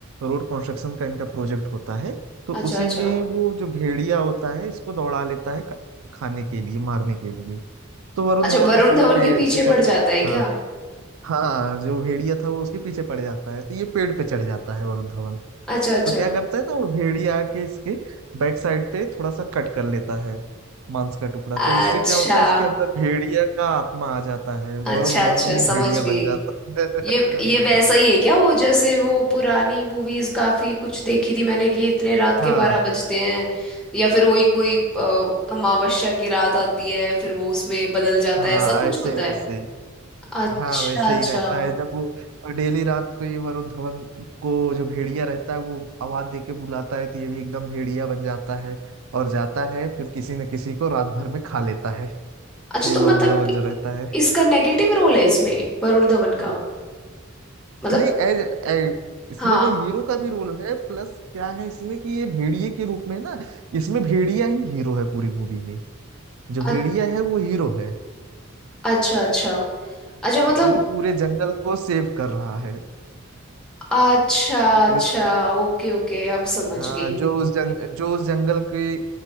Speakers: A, on the right (about 75°); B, in the centre.
A: रोड कंस्ट्रक्शन का इनका प्रोजेक्ट होता है तो
B: अच्छा
A: उसी
B: अच्छा
A: में वो जो भेड़िया होता है इसको दौड़ा लेता है खा- खाने के लिए मारने के लिए तो वरुण
B: अच्छा
A: धवन
B: वरुण
A: उस समय
B: धवन
A: पेड़
B: के पीछे
A: पे चढ़
B: पड़
A: जाता
B: जाता है
A: हाँ
B: क्या
A: हाँ जो भेड़िया था वो उसके पीछे पड़ जाता है तो ये पेड़ पे चढ़ जाता है वरुण धवन
B: अच्छा अच्छा
A: तो क्या करता है ना वो भेड़िया आके इसके बैक साइड पे थोड़ा सा कट कर लेता है मांस का टुकड़ा तो
B: अच्छा
A: उससे क्या होता है इसके अंदर भेड़िया का आत्मा आ जाता है वरुण
B: अच्छा
A: धवन
B: अच्छा
A: भी
B: समझ
A: एक भेड़िया
B: गई
A: बन जाता है
B: ये ये वैसा ही है क्या वो जैसे वो पुरानी मूवीज काफी कुछ देखी थी मैंने कि ये इतने रात
A: <laughs> हाँ
B: के बारह बजते हैं या फिर वही कोई अ, अमावस्या की रात आती है फिर वो उसमें बदल जाता
A: हाँ
B: है ऐसा कुछ
A: ऐसे
B: होता
A: वैसे
B: है
A: ही।
B: अच्छा
A: हाँ वैसे
B: अच्छा
A: ही रहता है जब वो डेली रात को ये वरुण धवन को जो भेड़िया रहता है वो आवाज दे के बुलाता है तो ये भी एकदम भेड़िया बन जाता है और जाता है फिर किसी न किसी को रात भर में खा लेता है
B: अच्छा
A: ये
B: तो
A: वरुण
B: मतलब
A: धवन जो रहता है
B: इसका नेगेटिव रोल है इसमें वरुण धवन का मतलब
A: नहीं ए, ए, इसमें
B: हाँ
A: ना हीरो का भी रोल है प्लस क्या है इसमें कि ये भेड़िए के रूप में है ना इसमें भेड़िया ही हीरो है पूरी मूवी में जो भेड़िया
B: अ-
A: है वो हीरो है
B: अच्छा अच्छा अच्छा मतलब
A: वो पूरे जंगल को सेव कर रहा है
B: अच्छा
A: पूरे-
B: अच्छा ओके ओके अब समझ
A: हाँ
B: गई
A: जो उस जंग जो उस जंगल के